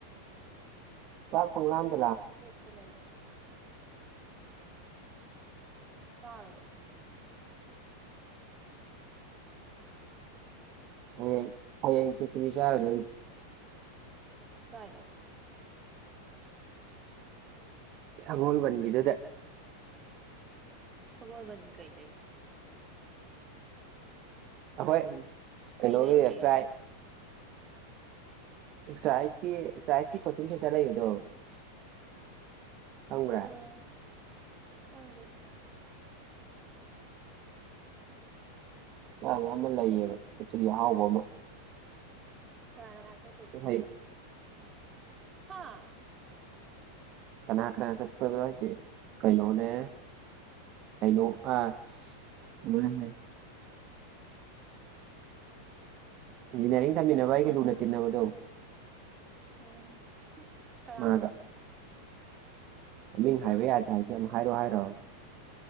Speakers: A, on the right (about 35°); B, on the right (about 20°).
A: ꯆꯥꯛ ꯄꯡꯂꯝꯗꯥ
B: ꯃꯩꯈꯦꯠꯁꯨ ꯂꯩꯇꯦ ꯆꯔꯨꯅꯨ
A: ꯍꯌꯦꯡ ꯍꯌꯦꯡ ꯈꯦꯁꯆ꯭ꯔꯤ ꯆꯥꯔꯨꯗꯣꯏ
B: ꯀꯥꯏꯗꯥ
A: ꯁꯥꯒꯣꯜꯕꯟꯒꯤꯗꯨꯗ
B: ꯁꯒꯣꯜꯕꯟꯒꯤ ꯀꯩꯀꯩ
A: ꯑꯈꯣꯏ ꯀꯩꯅꯣꯒꯤ
B: ꯀꯩ ꯂꯩꯒꯦ
A: ꯑꯦꯛꯁꯇ꯭ꯔꯥꯥꯏ ꯑꯦꯛꯁꯇ꯭ꯔꯥ ꯑꯦꯛꯁꯀꯤ ꯑꯦꯛꯁꯇ꯭ꯔꯥ ꯑꯦꯛꯁꯀꯤ ꯀꯣꯆꯤꯡ ꯁꯦꯟꯇꯔ ꯂꯩꯕꯗꯣ ꯈꯪꯕ꯭ꯔꯥ
B: ꯎꯝ ꯈꯪꯗꯦ
A: <unintelligible> ꯑꯃ ꯂꯩꯌꯦꯕ ꯀꯦꯆ꯭ꯔꯤ ꯑꯍꯥꯎꯕ ꯑꯃ
B: ꯀꯅꯥ ꯀꯅꯥ ꯆꯠꯇꯣꯏꯕ
A: ꯍꯩ
B: ꯍꯥꯥ
A: ꯀꯅꯥ ꯀꯅꯥ ꯆꯠꯄꯗꯣ ꯍꯥꯏꯁꯦ ꯀꯩꯅꯣꯅꯦ ꯀꯥꯏꯅꯣ ꯑꯥ <unintelligible> ꯏꯟꯖꯤꯅꯤꯌꯥꯔꯤꯡ ꯇꯝꯃꯤꯟꯅꯕ ꯑꯩꯒ ꯂꯨꯅ ꯇꯤꯟꯅꯕꯗꯣ
B: ꯎꯝ ꯀꯅꯥꯅꯣ
A: ꯃꯥꯒ ꯃꯃꯤꯡ ꯍꯥꯏꯕ ꯌꯥꯗꯦ ꯍꯥꯏꯁꯦ ꯑꯃꯨꯛ ꯍꯥꯏꯔꯣ ꯍꯥꯏꯔꯣ